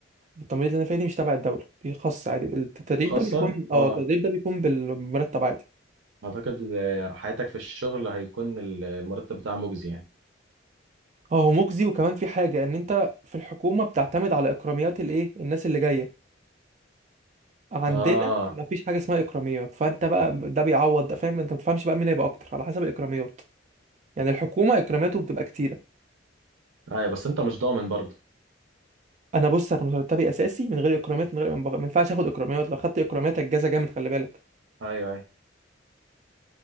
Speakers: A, on the right; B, on the right.
A: التمريض اللي انا فيها دي مش تبع الدوله دي خاصه عادي التدريب
B: خاصة
A: ده بيكون اه
B: اه
A: التدريب ده بيكون بالمرتب عادي
B: أعتقد آه، حياتك في الشغل هيكون ال- المرتب بتاعها مجزي يعني
A: اه هو مجزي وكمان في حاجه ان انت في الحكومه بتعتمد على اكراميات الايه الناس اللي جايه عندنا
B: اه
A: مفيش حاجه اسمها اكراميات فانت بقى ده بيعوض ده فاهم انت ما بتفهمش بقى مين هيبقى اكتر على حسب الاكراميات يعني الحكومه اكراماته بتبقى كتيره
B: أيوة بس أنت مش ضامن برضه
A: انا بص انا مرتبي اساسي من غير اكرامات من غير ما ينفعش اخد اكراميات لو خدت اكرامات الجزا جامد خلي بالك
B: أيوة أيوة